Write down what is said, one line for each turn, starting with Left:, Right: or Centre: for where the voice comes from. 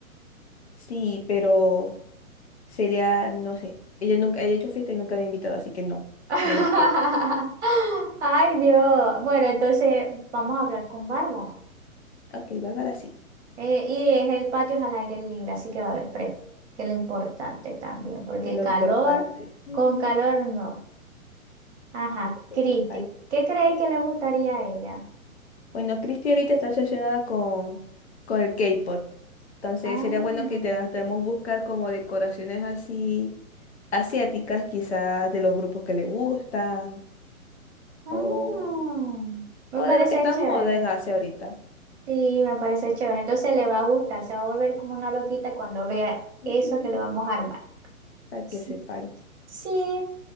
Left: Sí, pero Celia, no sé. Ella nunca ella ha hecho fiesta y nunca me ha invitado, así que no,
Right: <laughs>
Left: no la quiero.
Right: Ay, Dios. Bueno, entonces vamos a hablar con Bárbara.
Left: Ok, Bárbara sí,
Right: Eh, y es el patio es al aire libre, así que va a haber fresco, que es lo importante también, porque
Left: es lo
Right: calor,
Left: importante. Ujú,
Right: con calor no. Ajá,
Left: que
Right: Cristi,
Left: bye.
Right: ¿qué creéis que le gustaría a ella?
Left: Bueno, Cristi ahorita está obsesionada con, con el K-pop. Entonces
Right: Ah,
Left: sería bueno que te, debemos buscar como decoraciones así asiáticas, quizás de los grupos que le gustan.
Right: ah,
Left: O.
Right: me
Left: o
Right: parece
Left: de lo que está
Right: chévere.
Left: en moda en Asia ahorita.
Right: Sí, me parece chévere. Entonces le va a gustar, se va a volver como una loquita cuando vea
Left: Ujú,
Right: eso que le vamos a armar.
Left: Para
Right: S-
Left: que sepáis.
Right: Sí,